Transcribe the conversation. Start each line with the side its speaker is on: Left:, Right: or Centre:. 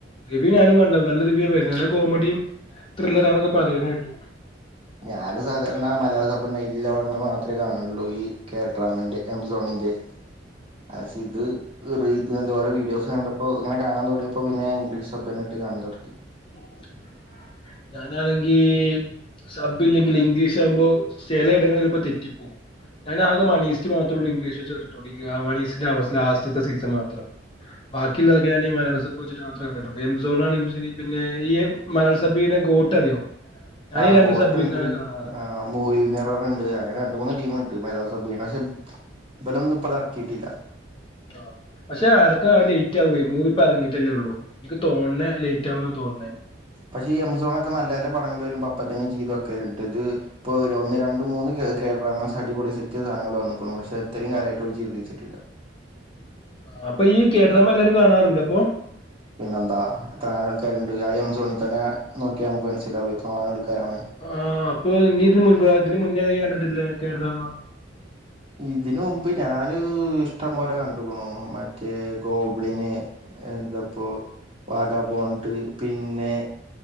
Left: റിവ്യൂഞാനും കണ്ടു നല്ല റിവ്യുവാ വർണേ നല്ല കോമഡിയും. ത്രില്ലറാന്നൊക്കെ പറയണേട്ടു
Right: ഞാനും സാധാരണ മലയാള സബ്ബ് ന്റെ പടങ്ങള് മാത്രമേ കാണലുള്ളൂ ഈ കേഡ്രാമിന്റെ ആമസോണിന്റെ. ആഹ് ശെ ഇത് റീ ഇത് എന്തോരോ വീഡിയോസ് കണ്ടപ്പോ ഇങ്ങനെ കാണാൻ തോടിയപ്പോ പിന്നെ ഇംഗ്ലീഷ് സബനിട്ട് കാണാൻ തൊടങ്ങി
Left: <unintelligible> ഞാനാണെങ്കി സബ് ഇല്ലെങ്കിൽ ഇംഗ്ലീഷ് ആകുമ്പോ ചിലയിടങ്ങളിൽലപ്പോ തെറ്റിപ്പോകും ഞാനാകെ മണീസ്റ്റ് മാത്രേള്ളൂ ഇംഗ്ലീഷ് വെച്ച് കണ്ടിട്ടുള്ളൂ മണീസിന്റെ അവസ ലാസ്റ്റ്ത്തെ സീസൺ മാത്രം ബാക്കിലൊക്കെ ഞാനി മലയാള സബ് വെച്ചിട്ട് മാത്രേ കണ്ടിട്ടുള്ളൂ എം സോൺാണെങ്കും ശരി പിന്നെ ഈ മലയാളസബ്ബെയ്യണ ഗോട്ട് അറിയോ ഞാൻ
Right: ആഹ്
Left: ഈ രണ്ട്
Right: ഗോട്ടുണ്ട്
Left: സബിൽ നിന്നാണ് കാണാറ്
Right: ആഹ്
Left: ആ,
Right: മൂവി ണ്ട് അങ്ങനെ രണ്ട് മൂന്ന് ടീമുണ്ട്
Left: ആ,
Right: മലയാള സബ്ബ് പക്ഷെ ഇബലൊന്നും ഇപ്പതറക്കിയിട്ടില്ല
Left: ആ പക്ഷേ എർക്ക ലേറ്റ് ആവേ മൂവി ഇപ്പ ഇറങ്ങീട്ടല്ലേ ഉള്ളു നിക്ക് തോന്നണേ ലേറ്റ് ആവുന്നാ തോന്നണേ
Right: പക്ഷേ ഈ എംസോണൊക്കെ നല്ല നല്ല പടങ്ങൾ വരുമ്പോൾ അപ്പംത്തന്നെ ജീതവെക്കലിണ്ട് പക്ഷെ ഇത് ഇപ്പോൾ ഒരു ഒന്ന് രണ്ട് മൂന്ന് കേരളാ മാസ് അടിപൊളി സെറ്റ് സാധനങ്ങൾ വന്നക്കണു പക്ഷെ അത്രയും കാലമായിട്ടും ഓര് ചെയ്ത് വെച്ചിട്ടില്ല
Left: ആ, അപ്പൊ ഈ കേഡ്രമ്മ് എല്ലാരും കാണാറുണ്ട് ഇപ്പൊ
Right: പിന്നെന്താ എത്രങ്ങനെ ആൾക്കാരുണ്ട് ആ എം സോണിതന്നെ നോക്കിയൽ നമുക്ക് മനസ്സിലാവകും എത്രങ്ങാനും ആൾക്കാരാണ്
Left: ആഹ അപ്പൊ നീ ഇതിന് മുമ്പ് ഇതിന് മുന്നേതന്നെ കണ്ടിട്ടില്ലേ കേഡ്രാമ്മ
Right: ഇതിന് മുമ്പ് ഞാന് ഇഷ്ടം പോലെ കണ്ട്ക്ണു മറ്റേ ഗോബ്ളിന് എന്താപ്പോ വാഗ പോണ്ട് പിന്നെ